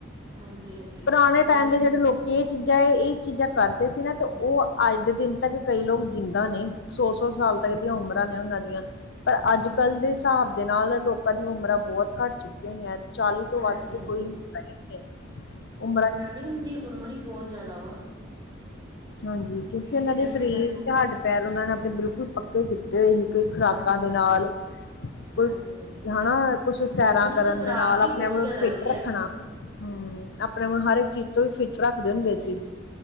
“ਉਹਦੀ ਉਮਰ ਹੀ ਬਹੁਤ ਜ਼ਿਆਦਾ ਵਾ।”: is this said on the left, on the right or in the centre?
Right